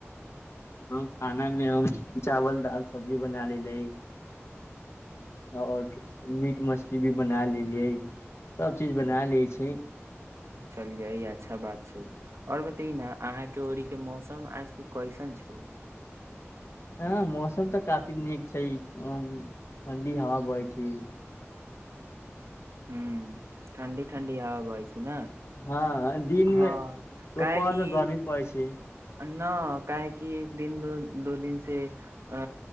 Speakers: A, on the left; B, on the right.
A: हम खाना मे हम चावल दाल सब्जी बना लै लै आओर मीट मछली भी बना लेलियै सब चीज बना
B: ओ
A: ले छी
B: चलियै अच्छा बात छै ओर बतइ न अहांकें औरीकें मौसम आज के कइसन छै
A: हँ मौसम तऽ काफी नीक छै ठण्डी हवा बहय छै
B: ह ठंडी ठंडी हवा बहय छै ने
A: हँ दिनमे
B: हँ काहेकि
A: दोपहरमे गर्मी पड़य छै
B: न काहेकि एक दिन द दो दिन से अ